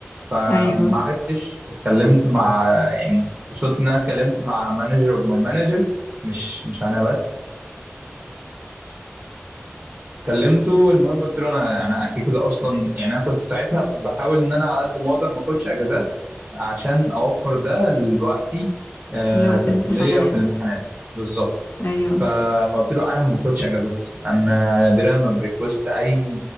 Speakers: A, on the right; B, on the left.
A: فما
B: ايوه
A: عرفتش اتكلمت مع يعني وصلت ان انا اتكلمت مع مانجر اوف ماي مانجر مش مش انا بس كلمته المهم قلت له انا انا كده كده اصلا يعني انا كنت ساعتها بحاول ان انا على قد ما اقدر ما اخدش اجازات عشان اوفر ده لوقتي آه،
B: اللي وقت
A: في الكليه
B: الامتحانات
A: وفي الامتحانات بالظبط
B: ايوه
A: ف- فقلت له انا ما باخدش اجازات اصلا انا نادرا ما بريكوست اي